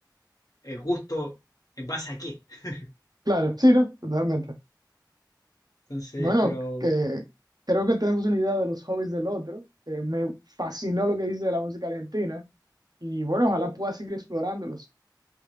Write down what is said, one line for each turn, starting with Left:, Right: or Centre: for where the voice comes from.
Left: el gusto en base a qué. <laughs>
Right: Claro, sí, ¿no? Totalmente.
Left: Entonces,
Right: Bueno,
Left: pero
Right: que creo que tenemos una idea de los hobbies del otro. Eh, me fascinó lo que dice de la música argentina y bueno, ojalá pueda seguir explorándolos.